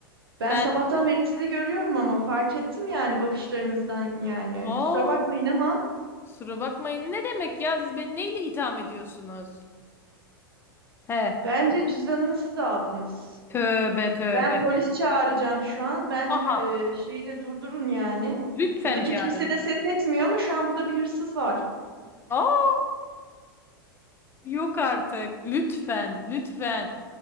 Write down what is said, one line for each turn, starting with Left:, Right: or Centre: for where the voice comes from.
Right: Ben
Left: Ben
Right: sabahtan
Left: sizi...
Right: beri sizi görüyorum ama fark ettim yani bakışlarınızdan yani.
Left: Oo,
Right: Kusura bakmayın ama
Left: kusura bakmayın. Ne demek ya? Siz beni neyle itham ediyorsunuz? He.
Right: bence cüzdanımı siz aldınız.
Left: Tövbe tövbe.
Right: Ben polis çağıracağım şu an. Bence
Left: Aha.
Right: e, şeyi de durdurun yani.
Left: Lütfen
Right: Buradaki
Left: çağırın.
Right: kimse de ses etmiyor ama şu an burada bir hırsız var.
Left: Aa. Yok artık. Lütfen, lütfen,